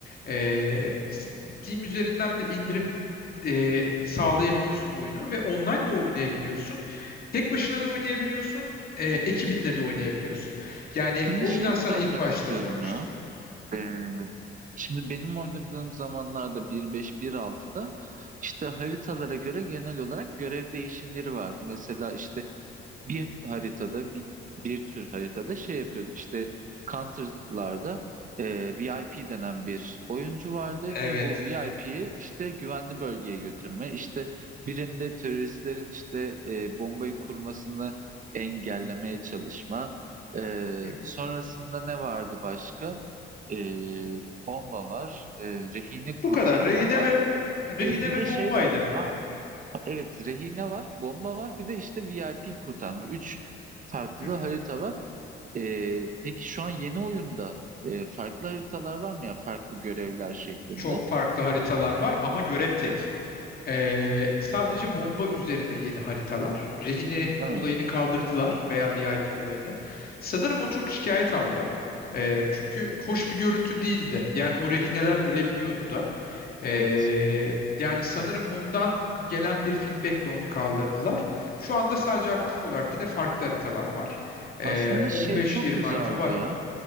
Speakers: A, on the left; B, on the right.
A: Ee, Steam üzerinden de indirim e, sağlayabiliyorsun oyunu ve online de oynayabiliyorsun. Tek başına da oynayabiliyorsun. E, ekibinle de oynayabiliyorsun. Yani
B: Şimdi
A: o
B: şeyi
A: yüzden sana
B: sormak
A: ilk başta
B: istiyorum
A: sormuştum.
B: ya.
A: Hı
B: Ee,
A: hı,
B: şimdi benim oynadığım zamanlarda bir beş bir altıda işte haritalara göre genel olarak görev değişimleri vardı. Mesela işte bir haritada bir, bir tür haritada şey yapıyorduk işte Counter'larda e, VIP denen bir oyuncu vardı
A: Evet.
B: ve bu VIP'yi işte güvenli bölgeye götürme işte birinde teröristlerin işte e, bombayı kurmasını engellemeye çalışma E,
A: hı hı.
B: sonrasında ne vardı başka E, bomba var E, rehini kurtarma
A: Bu kadar. Rehine
B: var
A: ve Rehine
B: E, bir
A: ve
B: de şey
A: Bombay'dı.
B: vardı aa Evet, rehine var, bomba var, bir de işte VIP kurtarma. Üç farklı
A: Hı hı.
B: harita var. Ee, peki şu an yeni oyunda e, farklı haritalar var mı ya? Farklı görevler şeklinde.
A: Çok farklı haritalar var ama görev tek. Ee, sadece bomba üzerine yeni haritalar. Rehine
B: Ha,
A: olayını kaldırdılar veya VIP olayını. Sanırım o çok şikayet aldı. Ee, çünkü hoş bir görüntü değildi. Yani o rehineler ölebiliyordu da. Ee,
B: evet.
A: yani sanırım ondan gelen bir feedbackle onu kaldırdılar. Şu anda sadece aktif olarak yine farklı haritalar var. Ee,
B: Aslında
A: 15-20
B: şey çok güzeldi
A: harita var.
B: ya.